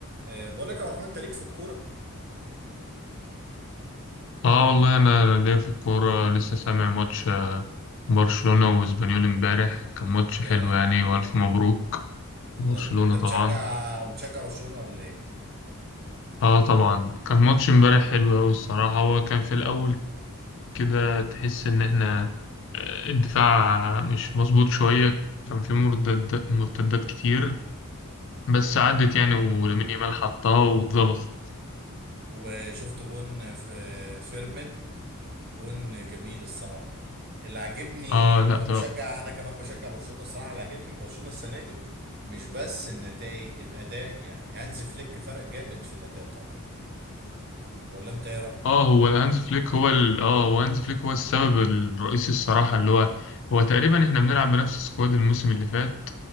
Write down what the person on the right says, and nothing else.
أه بقول لك يا عبد الرحمن انت ليك في الكوره
يا
الله يبارك. انت بتشجع
بتشجع برشلونه ولا ايه
امم
وشفت جون في فيرمين جون جميل الصراحه اللي عاجبني
انا بشجع انا كمان بشجع برشلونه الصراحه اللي عاجبني برشلونه السنه دي مش بس النتائج الاداء يعني هانز فليك فرق جامد في الاداء طبعا ولا انت ايه رايك